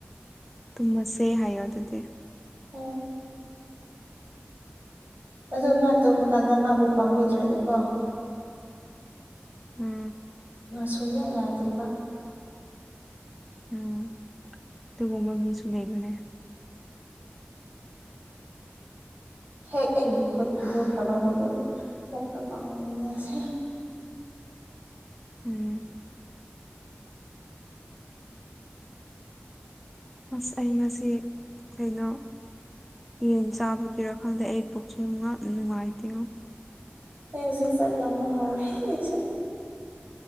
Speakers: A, in the centre; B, on the right.
A: ꯇꯨꯝꯃꯁꯦ ꯍꯥꯏꯌꯣ ꯑꯗꯨꯗꯤ
B: ꯎꯝ ꯑꯗ ꯃꯥ ꯇꯣꯝꯕ ꯀꯥꯟꯗ ꯃꯥꯕꯨ ꯄꯥꯝꯕꯤꯗ꯭ꯔꯗꯤꯀꯣ
A: ꯎꯝ
B: ꯁꯨꯡꯌꯥ ꯌꯥꯗꯦꯕ
A: ꯎꯝ ꯑꯗꯨꯒꯨꯝꯕ ꯃꯤꯁꯨ ꯂꯩꯕꯅꯦ
B: ꯍꯦꯛ ꯑꯩꯒꯤ ꯈꯨꯠ ꯊꯥꯗꯣꯛꯈ꯭ꯔꯕ ꯃꯕꯨ ꯑꯗꯨꯝ ꯃꯨꯛꯀ ꯀꯥꯎꯔꯤꯅꯤ ꯃꯣꯏꯁꯦ꯫
A: ꯎꯝ ꯑꯁ ꯑꯩ ꯉꯁꯤ ꯀꯩꯅꯣ ꯌꯦꯟ ꯆꯥꯕꯒꯤꯔꯥ ꯈꯪꯗꯦ ꯑꯩ ꯄꯨꯛꯁꯨ ꯅꯨꯡꯉꯥ ꯅꯨꯡꯉꯥꯏꯇꯦꯉꯣ
B: ꯑꯩ ꯍꯧꯖꯤꯛ ꯆꯥꯛ ꯂꯥꯝꯕꯥ ꯍꯧꯔꯦ ꯑꯩꯁꯨ꯫